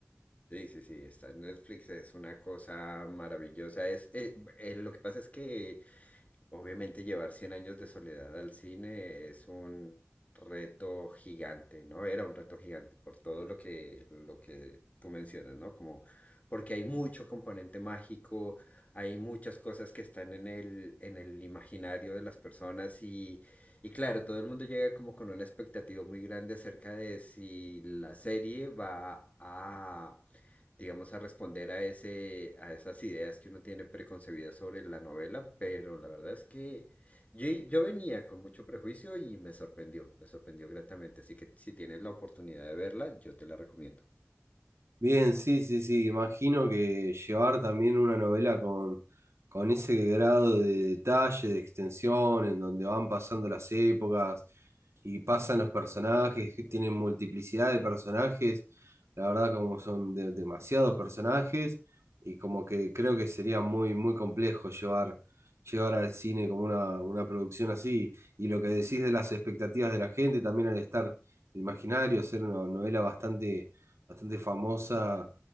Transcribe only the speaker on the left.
Sí, sí, sí, está en Netflix, es una cosa maravillosa. Es, eh, eh, lo que pasa es que Obviamente llevar cien años de soledad al cine es un reto gigante, ¿no? Era un reto gigante por todo lo que, lo que tú mencionas, ¿no? Como porque hay mucho componente mágico, hay muchas cosas que están en el, en el imaginario de las personas y, y claro, todo el mundo llega como con una expectativa muy grande acerca de si la serie va a digamos, a responder a ese, a esas ideas que uno tiene preconcebidas sobre la novela, pero la verdad es que yo, yo venía con mucho prejuicio y me sorprendió, me sorprendió gratamente, así que si tienes la oportunidad de verla, yo te la recomiendo.